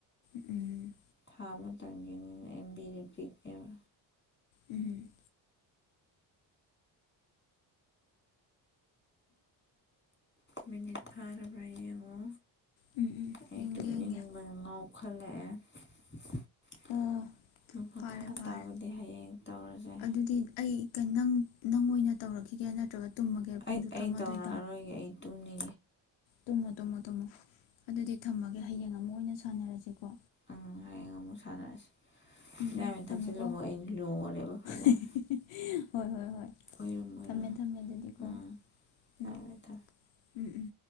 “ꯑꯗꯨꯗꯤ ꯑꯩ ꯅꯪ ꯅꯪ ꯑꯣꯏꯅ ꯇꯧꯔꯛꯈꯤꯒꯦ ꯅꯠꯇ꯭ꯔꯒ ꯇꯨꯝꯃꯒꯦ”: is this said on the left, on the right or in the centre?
Left